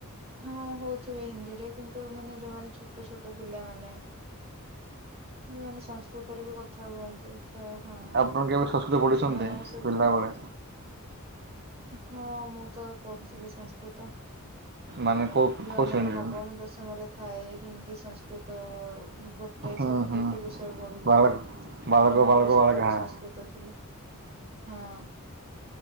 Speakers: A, on the right; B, on the right.
A: ହଁ ହଉଥିବେ ହିନ୍ଦୀରେ କିନ୍ତୁ ମାନେ ଯୋଉମାନେ ଛୋଟ ଛୋଟ ପିଲାମାନେ ମାନେ ସଂସ୍କୃତରେ ବି କଥା ହୁଅନ୍ତି। ତ ହଁ,
B: ଆପଣ କେବେ ସଂସ୍କୃତ ପଢ଼ିଛନ୍ତି
A: ସେମାନଙ୍କ ସହିତ
B: ପିଲାବେଳେ
A: ହଁ ମୁଁ ତ ପଢୁଥିଲି ସଂସ୍କୃତ।
B: ମାନେ କୋଉ
A: ଯୋଉ
B: କୋଉ
A: ଆମର
B: ଶ୍ରେଣୀରେ
A: ନବମ ଦଶମରେ ଥାଏ ହିନ୍ଦୀ ସଂସ୍କୃତ ଗୋଟେ
B: ହୁଁ
A: ଗୋଟେ,
B: ହୁଁ
A: ଗୋଟେ ବିଷୟ ପଢିବ,
B: ବାଳକ ବାଳକ
A: ମୋର
B: ବାଳକ
A: ସେତେବେଳେ
B: ବାଳକ ହଁ
A: ସଂସ୍କୃତ ଥିଲା। ହଁ ଅଁ